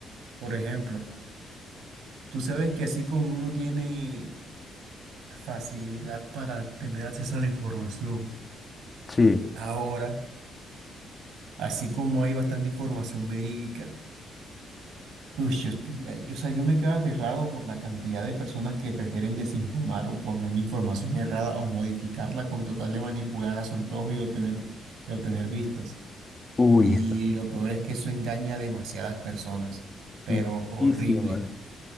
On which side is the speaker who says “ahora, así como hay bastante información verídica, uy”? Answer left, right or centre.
Right